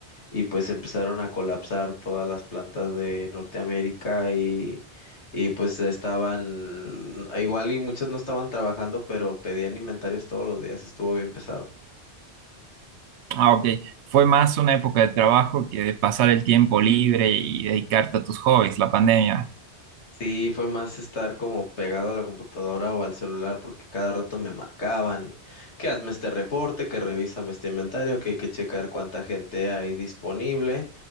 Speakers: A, on the left; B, on the right.
A: y pues empezaron a colapsar todas las plantas de Norteamérica y, y pues estaban, igual y muchas no estaban trabajando, pero pedían inventarios todos los días, estuvo bien pesado.
B: Ah, ok. Fue más una época de trabajo que de pasar el tiempo libre y dedicarte a tus hobbies, la pandemia.
A: Sí, fue más estar como pegado a la computadora o al celular porque cada rato me marcaban y que hazme este reporte, que revísame este inventario, que hay que checar cuánta gente hay disponible.